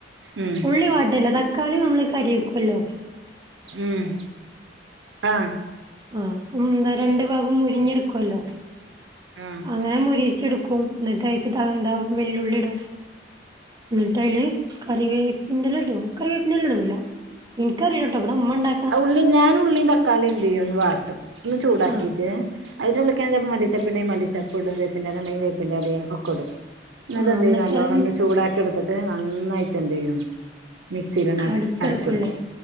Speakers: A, on the right; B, on the right.
A: ഉം
B: ഉള്ളി വാട്ടല്ല തക്കാളി നമ്മള് കരെക്കുല്ലോ
A: ഉം ആഹ്
B: ആഹ് എന്താ രണ്ട് ഭാഗം മൊരിഞ്ഞെടുക്കുല്ലോ
A: ആഹ്
B: അങ്ങനെ മൊരിചെടു ക്കും ഇന്നട്ട് അയ്ക്ക് ത ന്താ വെല്ലുള്ളി ഇടും ഇന്നട്ടയ്ല് കറിവേപ്പിന്റെല ഇടൊ കറിവേപ്പിന്റെല ഇടൂല ഇൻക്കറീലട്ടോ ഇവടെമ്മണ്ടാ
A: ആഹ് ഉള്ളി ഞാനുള്ളീം, തക്കാള്ളീം എന്ത്യ്യും ഒന്ന് വാട്ടും ഒന്ന് ചൂടാക്കിട്ട്
B: ആഹ്
A: അയിന്റെള്ള്ക്ക് ഞാന് ചെൽപ്പം മല്ലി ചെപ്പ് ഇണ്ടെങ്കി മല്ലി ചെപ്പ്ടും വേപ്പിന്റെലണ്ടെങ്കി വേപ്പിന്റെലിം ഒക്കെടും ഇന്നട്ടെന്തെയ്യും
B: ആഹ് എന്നിട്ട്
A: നല്ലോണൊന്ന്
B: അത്
A: ചൂടാക്കി ഇട്ത്തിട്ട് നന്നായിട്ടെന്തെയ്യും മിക്സിലണ്ട് അട്
B: അടിച്ചെടുക്കൂല്ലേ
A: അട്ച്ചെടുക്കും